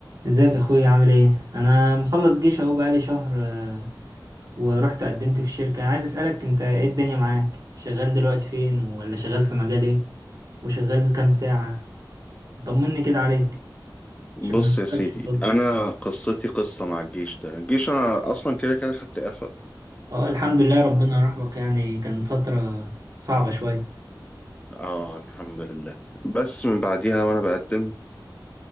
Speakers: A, on the right; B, on the left.
A: ازيك يا اخويا عامل ايه انا مخلص جيش اهو بقالي شهر آه، ورحت قدمت في الشركة عايز اسألك انت ايه الدنيا معاك شغال دلوقتي فين ولا شغال في مجال ايه وشغال كام ساعة طمني كده عليك
B: بص
A: عشان ما بشوفكش
B: يا سيدي
A: خالص
B: انا قصتي قصه مع الجيش ده الجيش انا اصلا كده كده خدت اعفاء
A: اه الحمد لله ربنا
B: تمام.
A: يرحمك يعني كان فترة صعبة شوية
B: اه الحمد لله بس من بعديها وانا بقدم